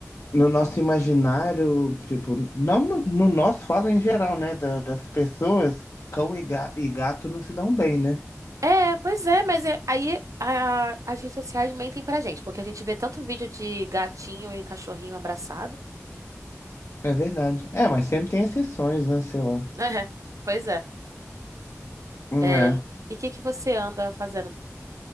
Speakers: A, on the left; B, on the right.
A: No nosso imaginário, tipo, não no, no nosso, fala em geral, né? da- das pessoas, cão e, ga- e gato não se dão bem, né?
B: É, pois é, mas é- aí a- as redes sociais mentem pra gente, porque a gente vê tanto vídeo de gatinho e cachorrinho abraçado.
A: É verdade. É, mas sempre tem exceções, né? Sei lá.
B: É, pois é.
A: Hum,
B: É.
A: É.
B: E o que que você anda fazendo?